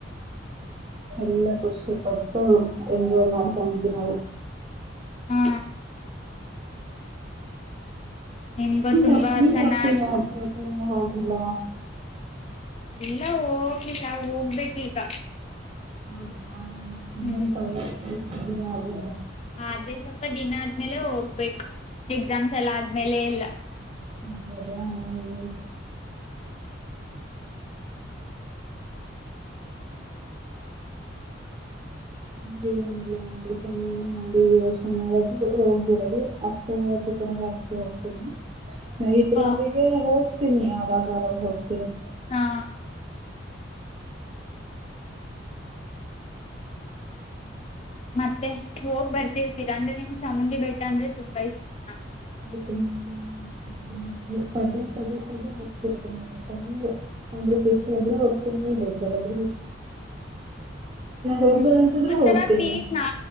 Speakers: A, on the right (about 30°); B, on the left (about 30°).
A: ಎಲ್ಲ ಖುಷಿ ಕೊಟ್ಟು ಎಂಜಾಯ್ ಮಾಡ್ ಬಂದ ನಾವು
B: ಹಾ ನಿಮ್ಗೂ
A: ನೀ
B: ತುಂಬಾ
A: ಯಾಕ್ ನೀ
B: ಚೆನ್ನಾಗಿ
A: ಯಾಕೆ ಯಾರ್ ಜೊತೆನೂ ಹೋಗಿಲ್ಲ
B: ಎಲ್ಲ ಹೋಗಿಲ್ಲ ಹೋಗ್ಬೇಕು ಈಗ
A: ಹೌದಾ ಹಾ ಇನ್ಮೇಲ್
B: ಹ್ಮ್
A: <unintelligible> ಗಿರಾಗಿ
B: ಅದೇ ಸ್ವಲ್ಪ ದಿನ ಆದ್ಮೇಲೆ ಹೋಗ್ ಬೇಕ್ ಎಕ್ಸಾಮ್ಸ್ ಎಲ್ಲ ಆದ್ಮೇಲೆ ಎಲ್
A: ಅದ ಅದ ಹ
B: <inaudible>
A: ಹ ಎನಿಲ್ಲ ನೋ ಯೋಚ್ನೆ ಮಾಡದು ಹೋಗ್ಬಿಡದು ಅಕ್ಕ ತರ ಜಾಸ್ತಿ ಹೋಗ್ತೇನಿ ನೈಟ್ರೊಂದಿಗೆ
B: ಹ
A: ಹೋಗ್ ಹತೀನಿ ಆ ಅವಾಗವಾಗ ಹೋಗ್ತೀನಿ
B: ಹಾ ಮತ್ತೆ ಹೋಗ್ ಬರ್ತಿರ್ತೀರಾ ಅಂದ್ರೆ ನಿಮ್ ಚಾಮುಂಡಿ ಬೆಟ್ಟ ಅಂದ್ರೆ ತುಂಬಾ ಇಷ್ಟನಾ
A: ತುಂಬತ <unintelligible> ಪದೇ ಪದೇ ಪದೇ ಹೋಗ್ತಿರ್ತೇನೆ ಅಂದ್ರೆ ಖುಷಿಯಲ್ಲೆ ಹೋಗ್ತಿನ್ ನಿ ಬೇಕ್ ದಾರದ್ರೆ ಹೋಗ್ಬೇಕನ್ಸಿದ್ರು
B: ಹ್ಮ್ ಒಥರ
A: ಹೋಗ್ತೀನಿ
B: ಪೀಸ್ ನಾ